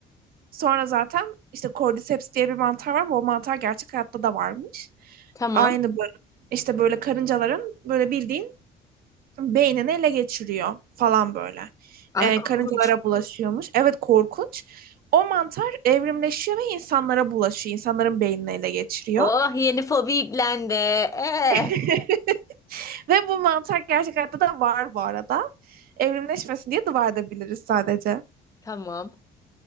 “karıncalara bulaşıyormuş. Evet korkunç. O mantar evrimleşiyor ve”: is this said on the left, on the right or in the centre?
Right